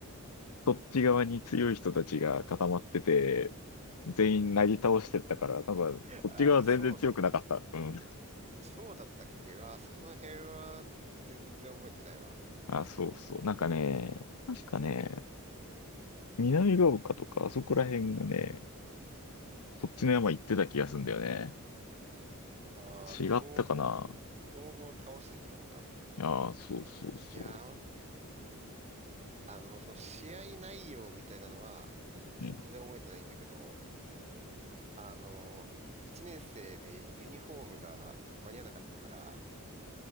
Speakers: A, on the left (about 80°); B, on the right (about 30°).
A: そっち側に強い人たちが固まってて、全員なぎ倒してったから、なんか、
B: <laughs>
A: こっち側全然強くなかった。
B: あれ、そうだ、
A: うん。
B: そうだったっけは、その辺は全然覚えてないわ。
A: あ、そうそう。なんかね、確かね、南ヶ丘とか、あそこら辺がね、そっちの山行ってた気がするんだよね。
B: ああ、
A: 違ったかな
B: 強豪、強豪を倒してきたのか。
A: ああ、そうそうそ
B: いやー、あの、その試合内容みたいなのは、
A: う。
B: 全然覚えてないんだけど、
A: うん。
B: あの、一年生でユニフォームが間に合わなかったから、